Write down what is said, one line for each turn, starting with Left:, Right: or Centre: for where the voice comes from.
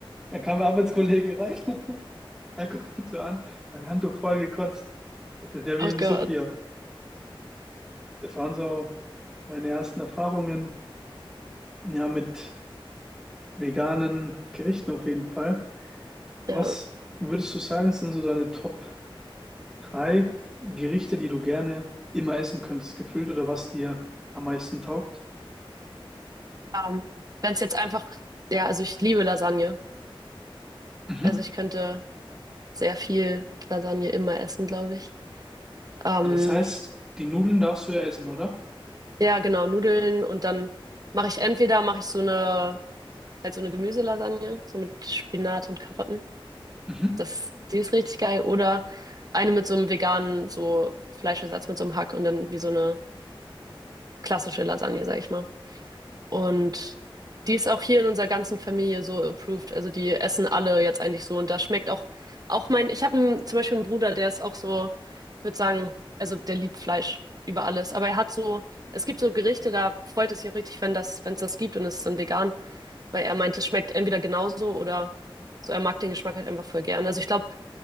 Centre: dann kam ein Arbeitskollege rein. <laughs> Er guckt mich so an, mein Handtuch voll gekotzt. Das ist ja wie
Right: oh
Centre: im
Right: Gott,
Centre: Sophia. Das waren so meine ersten Erfahrungen, ja, mit veganen Gerichten auf jeden Fall. Was
Right: ja.
Centre: würdest du sagen, sind so deine Top Drei Gerichte, die du gerne immer essen könntest, gefühlt, oder was dir am meisten taugt.
Right: Ähm, wenn es jetzt einfach, ja, also ich liebe Lasagne.
Centre: Mhm.
Right: Also ich könnte sehr viel Lasagne immer essen, glaube ich. Ähm,
Centre: Ah, das heißt, die Nudeln darfst du ja essen, oder?
Right: ja, genau, Nudeln und dann mache ich entweder mache ich so eine halt so eine Gemüselasagne, so mit Spinat und Karotten.
Centre: Mhm.
Right: Das, die ist richtig geil. Oder eine mit so einem veganen so Fleischersatz mit so einem Hack und dann wie so eine klassische Lasagne, sag ich mal. Und die ist auch hier in unserer ganzen Familie so approved. Also die essen alle jetzt eigentlich so. Und da schmeckt auch, auch mein, ich habe zum Beispiel einen Bruder, der ist auch so, ich würde sagen, also der liebt Fleisch über alles. Aber er hat so, es gibt so Gerichte, da freut es sich auch richtig, wenn das, wenn es das gibt und es ist dann vegan, weil er meint, es schmeckt entweder genauso oder so, er mag den Geschmack halt einfach voll gern. Also ich glaube,